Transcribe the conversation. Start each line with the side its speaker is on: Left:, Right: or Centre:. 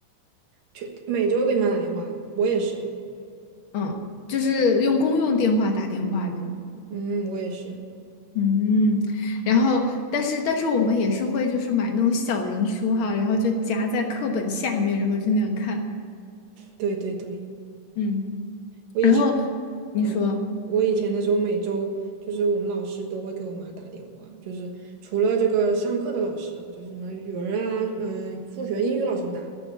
Right: 去每周给你妈打电话，我也是，
Left: 嗯，就是用公用电话打电话那种。
Right: 嗯，我也是，
Left: 嗯，然后，但是，但是我们也是会就是买那种小人书哈，然后就夹在课本下面，然后就那样看。
Right: 对对对。
Left: 嗯，
Right: 我以前，
Left: 然后你说
Right: 呃，我以前的时候，每周就是我们老师都会给我妈打电话，就是除了这个上课的老师啊，就是什么语文啊，呃，数学、英语老师不打，